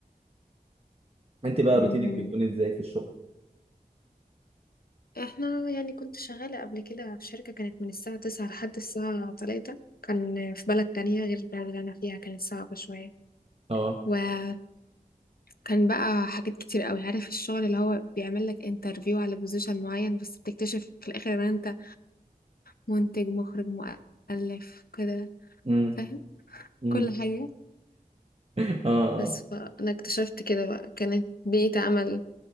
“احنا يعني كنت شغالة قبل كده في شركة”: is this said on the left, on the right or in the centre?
Left